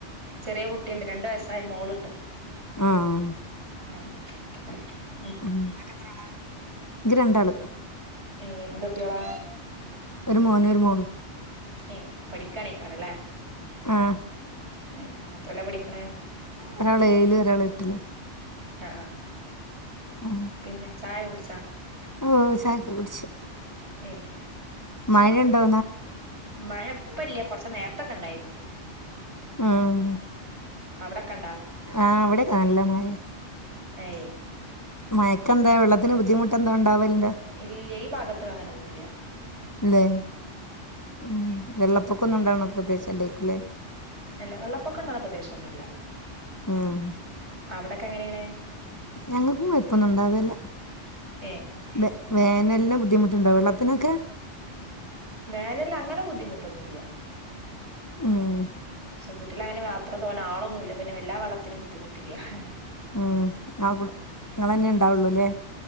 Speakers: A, on the right; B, on the left.
A: ചെറിയ കുട്ടിണ്ട്. രണ്ട് വയസ്സായ മോള്ണ്ട്.
B: ആഹ് ആഹ്
A: ഏഹേ
B: ഇങ്ങക്കെത്രാളാ? ഇൻക് രണ്ടാള്.
A: ഏഹേ എന്തുട്ട്യോളാ?
B: ഒരു മോന് ഒരു മോള്
A: ഏ പഠിക്കാണെക്കാരല്ലേ?
B: ആഹ്
A: ഏഹ് എത്രിലാ പഠിക്കണേ?
B: ഒരാളേയില് ഒരാളെട്ടിലും
A: അഹ് ആഹ്.
B: ആഹ്
A: പിന്നെ ചായ കുടിച്ചാ?
B: ഓ ചായൊക്കെ കുടിച്ച്
A: ഏഹ്
B: മഴണ്ടോ?
A: മഴയിപ്പല്ല. കൊറച്ച് നേര്ത്തൊക്കെണ്ടായിരുന്നു.
B: ആഹ്
A: അവിടൊക്കെണ്ടാ
B: ആവിടെക്കെ നല്ല മഴെ
A: ഏയ്
B: മയക്കെന്തെ വെള്ളത്തിന് ബുദ്ധിമുട്ടെന്തോണ്ടാവലിണ്ടാ
A: ഇല്ല്യ ഈ ഭാഗത്ത് അങ്ങനൊന്നുല്ല്യ
B: ല്ലെ ഉം വെള്ളപ്പൊക്കൊന്നുണ്ടാവണ പ്രദേശല്ലായിരിക്കൂല്ലേ
A: അല്ല വെള്ളപ്പൊക്കണ്ടാവണ പ്രദേശൊന്നല്ല
B: ഉം
A: അവിടൊക്കെങ്ങനെയാണ്
B: ഞങ്ങക്കും കൊയപ്പൊന്നുണ്ടാവേല്ല
A: ഏ
B: ബെ വേനലില് ബുദ്ധിമുട്ടുണ്ടോ വെള്ളത്തിനൊക്കെ
A: വേനലിങ്ങനെ ബുദ്ധിമുട്ടൊന്നുല്യ
B: ഉം
A: പഷേ വീട്ടിലങ്ങനെ യത്ര തോനാളൊന്നുല്ല പിന്നെ വല്ലാ വെള്ളത്തിനും ബുദ്ധിമുട്ടില്ല്യ ഹ്
B: ഉം ആവ്ട് ങ്ങളന്നെണ്ടാവുള്ളൂല്ലേ